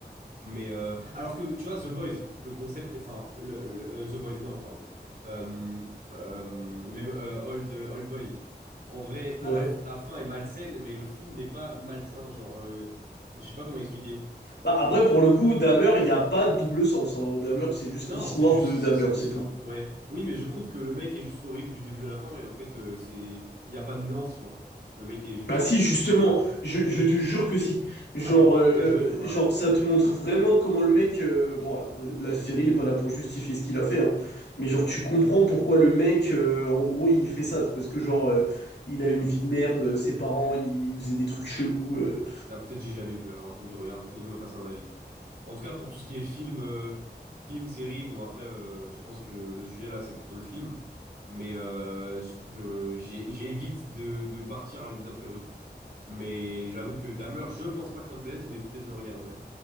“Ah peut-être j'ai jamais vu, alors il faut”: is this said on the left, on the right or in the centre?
Right